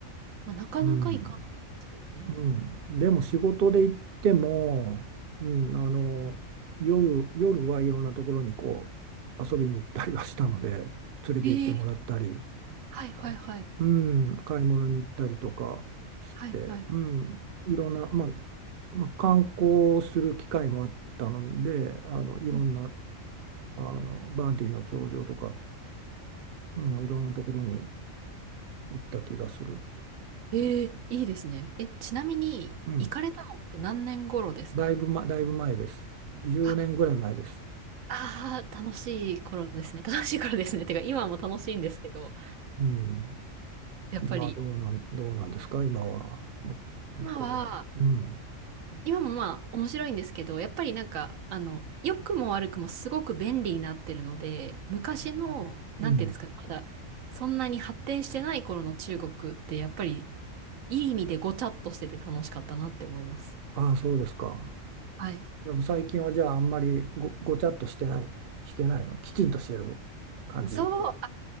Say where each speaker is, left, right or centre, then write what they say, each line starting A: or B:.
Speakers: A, on the right; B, on the right.
A: まあ、なかなか行かないですよね。
B: うん。うん、でも仕事で行っても、うん、あの夜、夜はいろんなところにこう遊びに行ったりはしたので連れて行ってもらったり、
A: ええはいはいはい。
B: うん、買い物に行ったりとかして、
A: はいはい。
B: うん、いろんな、まあ、まあ、観光する機会もあったのであのいろんな
A: うん
B: あのバンディの頂上とか、うん、いろんなところに行った気がする、
A: ええいいですね。え、ちなみに、
B: うん、
A: 行かれたのって何年頃ですか
B: だいぶ、ま、だいぶ前です10年ぐらい前です。
A: あ、ああ、楽しい頃ですね。<laughs> 楽しい頃ですね。てか、今も楽しいんですけど、
B: うん
A: やっぱり、
B: 今どうなん、どうなんですか、今は。む向こうは。
A: 今は、
B: うん。
A: 今もまあ、面白いんですけど、やっぱりなんか、あの、良くも悪くもすごく便利になってるので、昔の、
B: うん。
A: なんていうんですかね、まだ、そんなに発展してない頃の中国って、やっぱり、いい意味でごちゃっとしてて楽しかったなって思います。
B: ああ、そうですか。
A: はい。
B: でも最近はじゃああんまりご、ごちゃっとしてない、してないの。きちんとしてる感じ。
A: そう